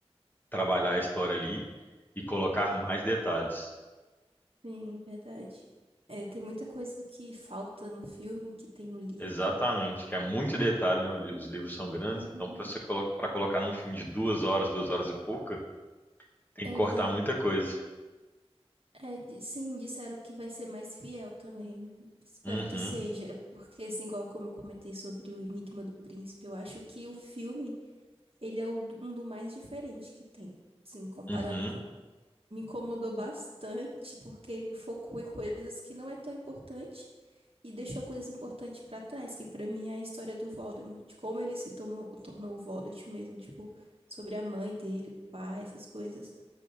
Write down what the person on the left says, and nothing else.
trabalhar a história ali e colocar mais detalhes.
Exatamente, que é muito detalhe, né? o li- Os livros são grandes,
então para você colo para colocar num filme de duas horas, duas horas e pouca, tem
que cortar muita coisa.
Uhum,
uhum,